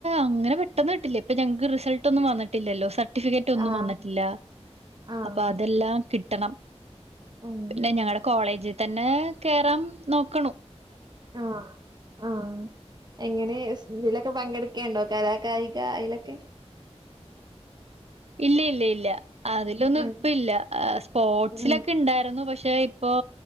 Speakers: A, on the right; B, on the right.
A: അങ്ങനെ പെട്ടെന്ന് കിട്ടില്ലെ ഇപ്പോ ഞങ്ങക്ക് റിസൾട്ട് ഒന്നും വന്നിട്ടില്ലല്ലോ സ ഫിക്കറ്റ് ഒന്നും
B: ആഹ്
A: വന്നിട്ടില്ല
B: ആഹ്
A: അപ്പോ അതെല്ലാം കിട്ടി ട്ടണം
B: ഉം
A: പിന്നെ ഞങ്ങളെ കോളേജ് താന്നെ കേറാം നോക്കണം
B: ആഹ് ആഹ് എ എങ്ങനെ എസ് നില് പങ്കെടുക്കേണ്ടോ കലാകായിക ആയിലൊക്കെ
A: ഇല്ലേയില്ല ഇല്ല അതിലൊന്നും
B: ഉം
A: ഇപ്പൊല്ല്യ സ്പോർട്സിൽ
B: ഉം
A: ഒക്കെ ഇണ്ടായിരുന്നു പക്ഷേ ഇപ്പോൾ